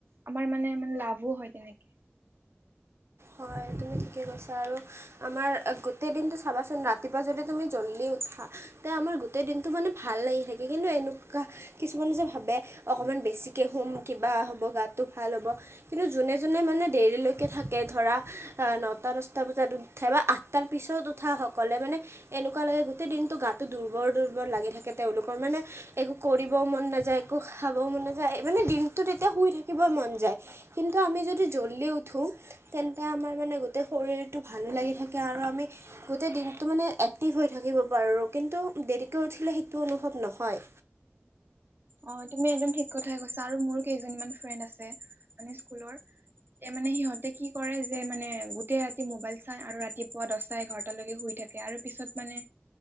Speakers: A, on the right (about 50°); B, on the right (about 70°).
A: আমাৰ মানে মে লাভো হয় তেনেকে।
B: হয় তুমি ঠিকেই কৈছা, আৰু আমাৰ, গোটেই দিনটো চাবাচোন ৰাতিপুৱা যদি তুমি জল্দি উঠা তে আমাৰ গোটেই দিনটো মানে ভাল লাগি থাকে কিন্তু এনেকুৱা কিছুমানে যে ভাবে অকমান বেছিকে শুম, কিবা হ'ব, গাটো ভাল হ'ব। কিন্তু জোনে জোনে মানে দেৰিলৈকে থাকে ধৰা আ, নটা, দহটা বজাত উঠে বা আঠটাৰ পিছত উঠাসকলে মানে এনেকুৱা লাগে গোটেই দিনটো গাটো দুৰ্বল দুৰ্বল লাগি থাকে তেওঁলোকৰ মানে একো কৰিবও মন নাযায়, একো খাবও মন নাযায়, মানে দিনটোত এতিয়া শুই থাকিব মন যায়। কিন্তু আমি যদি জল্দি উঠো তেন্তে আমাৰ মানে গোটেই শৰীৰটো ভালো লাগি থাকে আৰু আমি গোটেই দিনটো মানে এক্টিভ হৈ থাকিব পাৰোঁ কিন্তু দেৰিকৈ উঠিলে সেইটো অনুভৱ নহয়।।
A: অহ, তুমি একদম ঠিক কথাই কৈছা আৰু মোৰ কেইজনীমান ফ্ৰেণ্ড আছে মানে স্কুলৰ। তে মানে সিহঁতে কি কৰে যে মানে গোটেই ৰাতি মোবাইল চাই আৰু ৰাতিপুৱা দহ দহটা‌ এঘৰটালৈকে শুই থাকে আৰু পিছত মানে